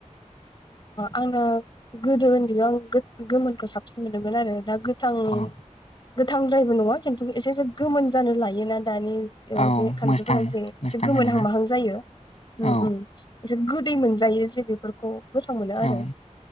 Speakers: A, on the left; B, on the left.
A: आंना गोदो उन्दैयाव आं गोमोनखौ साबसिन मोनदोंमोन आरो दा गो गोथां
B: अ
A: गोथांद्रायबो नङा खिन्थु एसेसो गोमोन जानो लायोना दानि
B: औ
A: बे खान्थालफोरा
B: मोसथां
A: एसे
B: मोसथां
A: एसे गोमोनहां
B: होनोना
A: माहां जायो उम
B: औ
A: उम। एसे गोदै मोनजायो जे बेफोरखौ गोथाव मोनो आरो
B: औ